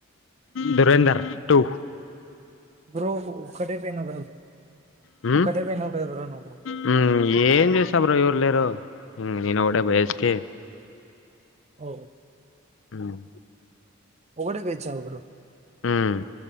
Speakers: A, on the left; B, on the right.
A: Dhurandhar two
B: bro ఒక్కటే పోయినవ్ కదా
A: హ్మ్
B: ఒక్కటే పోయినావు కదా బ్రో నువ్వు
A: హ్మ్ ఏం చేస్తా బ్రో ఎవర్లే రు హ్మ్ నేనోక్కడే పోయేస్తీ
B: ఓ
A: హ్మ్
B: ఒక్కడే పోయాచావా బ్రో
A: హ్మ్